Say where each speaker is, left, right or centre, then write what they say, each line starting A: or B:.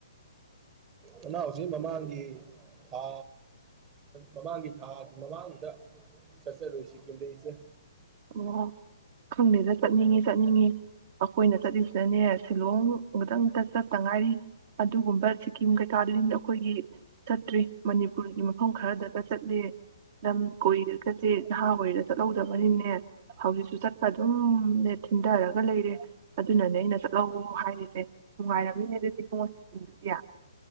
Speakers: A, on the right; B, on the right.
A: ꯅꯥ ꯅꯥꯑꯣꯁꯦ ꯃꯃꯥꯡꯒꯤ ꯊꯥ ꯃꯃꯥꯡꯒꯤ ꯊꯥ ꯑꯗꯨ ꯃꯃꯥꯡꯗ ꯆꯠꯆꯔꯨꯏ ꯁꯤꯀꯤꯝꯗ ꯏꯆꯦ
B: ꯑꯣ ꯈꯪꯗꯦꯗ ꯆꯠꯅꯤꯡꯉꯤ ꯆꯠꯅꯤꯡꯉꯤ ꯑꯩꯈꯣꯏꯅ ꯆꯠꯂꯤꯁꯤꯅꯅꯦ ꯁꯤꯂꯣꯡ ꯑꯃꯛꯇꯪꯇ ꯆꯠꯇ ꯉꯥꯏꯔꯤ ꯑꯗꯨꯒꯨꯝꯕ ꯁꯤꯀꯤꯝ ꯀꯩꯀꯥꯗꯨꯗꯤ ꯑꯩꯈꯣꯏꯒꯤ ꯆꯠꯇ꯭ꯔꯤ ꯃꯅꯤꯄꯨꯔꯒꯤ ꯃꯐꯝ ꯈꯔꯗꯒ ꯆꯠꯂꯤꯦ ꯂꯝ ꯀꯣꯏꯔꯒꯁꯦ ꯅꯍꯥ ꯑꯣꯏꯔꯒ ꯆꯠꯍꯧꯗꯕꯅꯤꯅꯦ ꯍꯧꯖꯤꯛꯁꯨ ꯆꯠꯄ ꯑꯗꯨꯝꯅꯦ ꯊꯤꯟꯊꯔꯒ ꯂꯩꯔꯦ ꯑꯗꯨꯅꯅꯦ ꯑꯩꯅ ꯆꯠꯍꯣ ꯍꯥꯏꯔꯤꯁꯦ ꯅꯨꯡꯉꯥꯏꯔꯝꯃꯤꯅꯦ ꯑꯗꯨꯗꯤ ꯄꯨꯡꯗꯨꯗꯤ